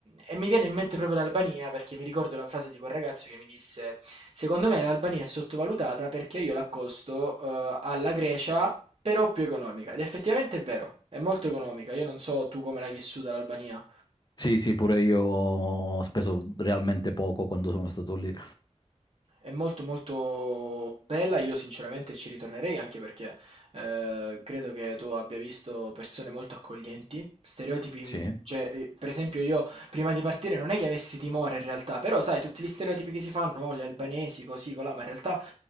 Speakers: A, on the right; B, on the left.
A: e mi viene in mente proprio l'Albania perché mi ricordo la frase di quel ragazzo che mi disse, secondo me l'Albania è sottovalutata perché io l'accosto, eh, alla Grecia, però più economica ed effettivamente è vero, è molto economica, io non so tu come l'hai vissuta l'Albania.
B: Sì, sì, pure io ho speso realmente poco quando sono stato lì.
A: È molto molto bella, io sinceramente ci ritornerei anche perché eh, credo che tu abbia visto persone molto accoglienti, stereotipi,
B: Sì?
A: mm, cioè eh, per esempio io prima di partire non è che avessi timore in realtà, però sai tutti gli stereotipi che si fanno, oh, gli albanesi così, colà, ma in realtà